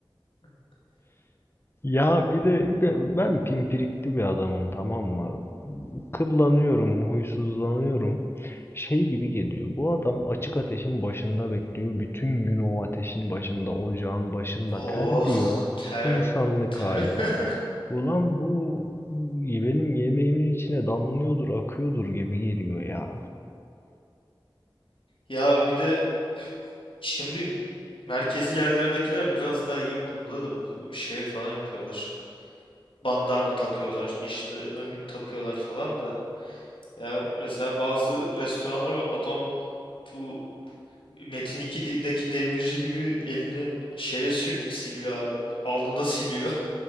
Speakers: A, on the left; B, on the left.
A: geliyor.
B: Ya bir de ben ben pimpirikli bir adamım tamam mı? Kıllanıyorum, huysuzlanıyorum. Şey gibi geliyor. Bu adam açık ateşin başında bekliyor. Bütün gün o ateşin başında, ocağın başında
A: Oh
B: terliyor.
A: ter
B: İnsanlık
A: ter.
B: hali.
A: <laughs>
B: Ulan bu benim yemeğimin içine damlıyordur, akıyordur gibi geliyor ya.
A: Ya bir de şimdi merkezi yerlerdekiler biraz daha iyi bu konuda da bu şey falan yapıyorlar. Bandana takıyorlar, işte önlük takıyorlar falan da. Ya mesela bazı restoranlar var adam bu Metin 2'deki demirci gibi elini şeye sül- siliyor abi. Alnına siliyor.